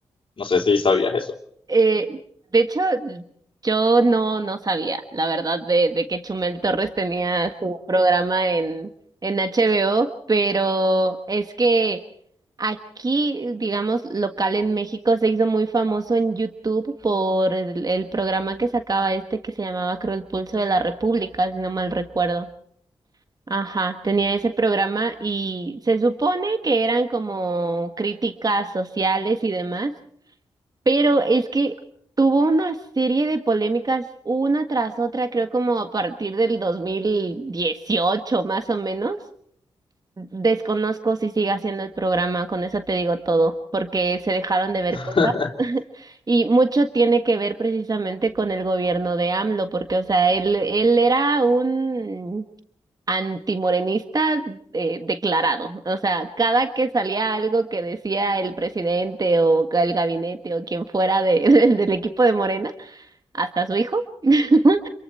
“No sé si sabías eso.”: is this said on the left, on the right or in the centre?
Left